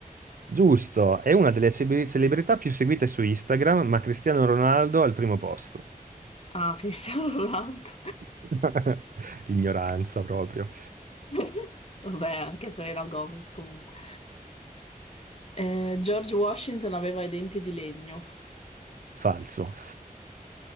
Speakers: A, on the right (about 65°); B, on the left (about 40°).
A: Giusto, è una delle cebe- celebrità più seguite su Instagram, ma Cristiano Ronaldo al primo posto.
B: Ah, Cristiano Ronaldo.
A: <laughs> Ignoranza proprio.
B: <laughs> Vabbè, anche Selena Gomez comunque. Eh, George Washington aveva i denti di legno.
A: Falso.